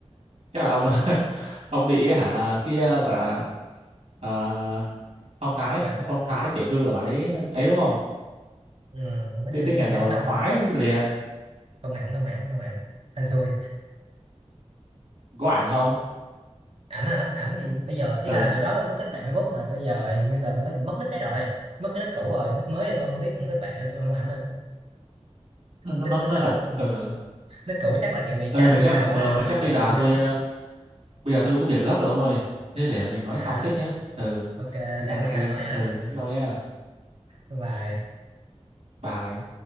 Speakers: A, on the right (about 75°); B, on the right (about 60°).
A: chắc là ông <laughs> ông bị hả kia gọi là ờ, phong thái
B: Rồi,
A: phong thái tiểu thư của bạn ấy ấy đúng không
B: ừ, nói
A: Thế
B: chung
A: thích
B: cũng
A: nhà
B: không
A: giàu
B: hẳn
A: là
B: đâu
A: khoái liền
B: không hẳn không hẳn không hẳn hên xui
A: có ảnh không
B: ảnh hả ảnh thì bây giờ ý
A: ờ
B: là hồi đó có kết bạn Facebook mà bây giờ hình như là bạn ấy bị mất nick đấy rồi mất cái nick cũ rồi nick mới thì tôi không biết không kết bạn nên tôi không có ảnh nữa.
A: nó nó,
B: nick nick
A: nó
B: cũ
A: thật ờ
B: nick cũ chắc là kiểu bị
A: ơi
B: trap
A: mà
B: nhiều
A: chắc
B: thằng
A: mà,
B: quá
A: mà,
B: xong
A: mà chắc
B: bị
A: bây giờ tôi
B: hết á
A: ờ, bây giờ tôi có việc gấp rồi ông ơi thế để mình nói
B: à
A: sau tiếp nhé ờ
B: ok
A: thế
B: thế
A: đang
B: để
A: hay
B: sau nói nha
A: ờ thế thôi nhá
B: bye bye
A: bye